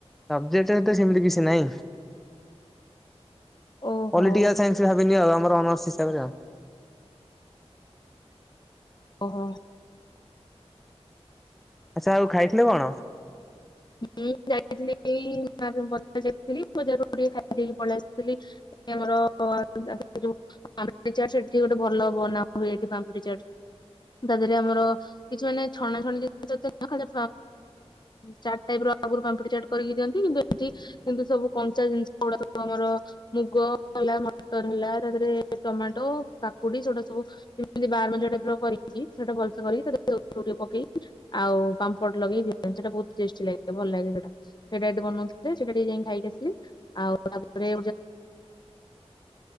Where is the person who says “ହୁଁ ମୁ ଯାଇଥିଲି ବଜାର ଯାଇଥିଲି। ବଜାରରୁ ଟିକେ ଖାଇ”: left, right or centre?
Left